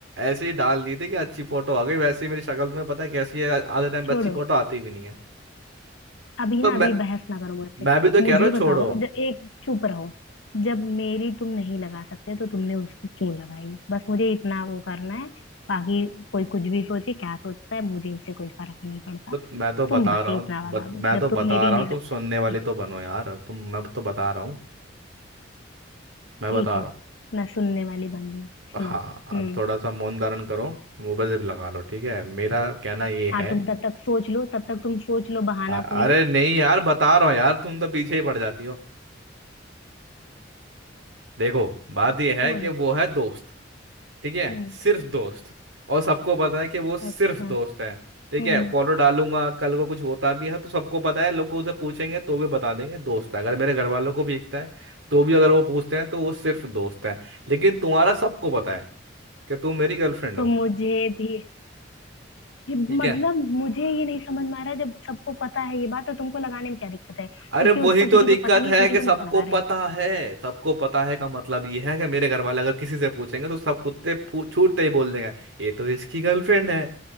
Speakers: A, on the right (about 75°); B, on the left (about 80°).
A: ऐसे ही डाल दिए थे कि अच्छी फोटो आ गई वैसे ही मेरी शक्ल तुम्हें पता है कैसी है आ- आधे टाइम पे
B: छोड़ो
A: अच्छी फोटो आती भी नहीं है
B: अभी
A: तो
B: ना
A: मैं
B: अभी बहस ना करो मुझसे
A: मैं भी तो
B: मुझे
A: कह रहा हूँ
B: बताओ
A: छोड़ो
B: जब एक चुप रहो जब मेरी तुम नहीं लगा सकते तो तुमने उसकी क्यों लगाई बस मुझे इतना वो करना है बाकी कोई कुछ भी सोचे क्या सोचता है मुझे उससे कोई फर्क नहीं पड़ता
A: तो मैं तो बता
B: तुम बस
A: रहा
B: ये
A: हूँ
B: इतना
A: बत,
B: बता दो
A: मैं
B: जब
A: तो बता
B: तुम मेरी
A: रहा
B: नहीं
A: हूँ तुम
B: लगा
A: सुनने
B: तो उसकी
A: वाली
B: क्यों
A: तो
B: लगा
A: बनो यार तुम मैं तो बता रहा हूँ मैं
B: ठीक
A: बता
B: है
A: रहा
B: मैं सुनने वाली बंदी हूँ
A: हूँ
B: सुनो
A: हाँ अब
B: हम्म
A: थोड़ा सा मौन धारण करो मुंह पे जिप लगा लो ठीक है मेरा कहना ये
B: हाँ
A: है
B: तुम तब तक सोच लो तब तक तुम सोच लो बहाना
A: अ-
B: कोई
A: अरे नहीं यार बता रहा हूँ यार तुम तो पीछे ही पड़ जाती हो देखो बात यह है
B: बोलो
A: कि वो है दोस्त ठीक है
B: हम्म
A: सिर्फ दोस्त और सबको पता है कि वो सिर्फ
B: अच्छा
A: दोस्त है ठीक
B: हम्म
A: है फोटो डालूंगा कल को कुछ होता भी है तो सबको पता है लोग उसे पूछेंगे तो भी बता देंगे दोस्त है अगर मेरे घर वालों को भी दिखता है तो भी अगर वो पूछते हैं तो वो सिर्फ दोस्त है लेकिन तुम्हारा सबको पता है कि तुम मेरी गर्लफ्रेंड
B: तो
A: हो
B: मुझे भी ये
A: ठीक
B: मतलब
A: है
B: मुझे ये नहीं समझ में आ रहा है, जब सबको पता है ये बात तो तुमको लगाने में क्या दिक्कत है
A: अरे
B: जबकि
A: वही
B: उसका
A: तो
B: किसी
A: दिक्कत
B: को पता नहीं
A: है
B: है लेकिन
A: कि
B: तुम
A: सबको
B: उसका लगा रहे
A: पता
B: हो
A: है सबको पता है का मतलब ये है कि मेरे घर वाले अगर किसी से पूछेंगे तो सब कुत्ते फू- छूटते ही बोल देंगे ये तो इसकी गर्लफ्रेंड है